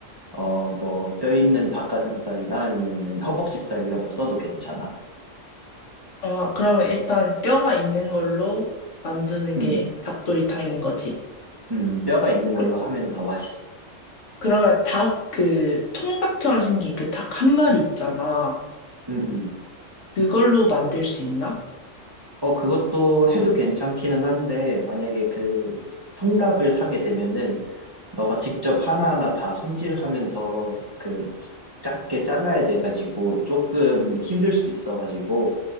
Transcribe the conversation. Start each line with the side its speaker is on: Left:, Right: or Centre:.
Right: 어 뭐 뼈 있는 닭가슴살이나 아니면은 허벅지살 이런 거 써도 괜찮아.
Left: 아, 그러면 일단 뼈가 있는 걸로 만드는
Right: 음,
Left: 게 닭도리탕인 거지.
Right: 음, 뼈가 있는
Left: 그,
Right: 걸로 하면 더 맛있어.
Left: 그러면 닭 그 통닭처럼 생긴 그 닭 한 마리 있잖아.
Right: 음, 음.
Left: 그걸로 만들 수 있나?
Right: 어, 그것도 해도 괜찮기는 한데, 만약에 그 통닭을 사게 되면은, 너가 직접 하나하나 다 손질하면서 그 작게 잘라야 돼가지고, 조금 힘들 수도 있어가지고,